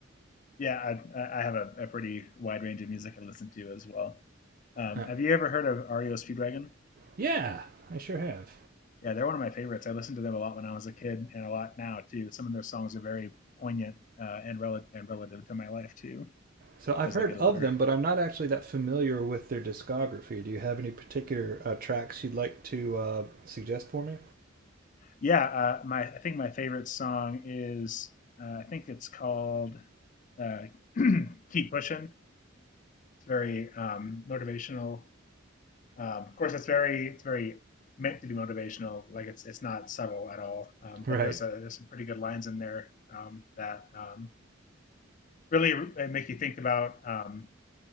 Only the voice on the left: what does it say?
Yeah, I, I- I have a, a pretty wide range of music I listen to as well. Um,
have you ever heard of REO Speedwagon?
Yeah, they're one of my favorites. I listened to them a lot when I was a kid, and a lot now too. Some of their songs are very poignant uh, and relative and relative to my life too
as
I get older.
Yeah, uh, my I think my favorite song is uh, I think it's called uh, <clears throat> "Keep Pushing." It's very um, motivational. Um, of course, it's very it's very meant to be motivational. Like it's it's not subtle at all. Um,
but there's a there's some pretty good lines in there um, that um, really make you think about um,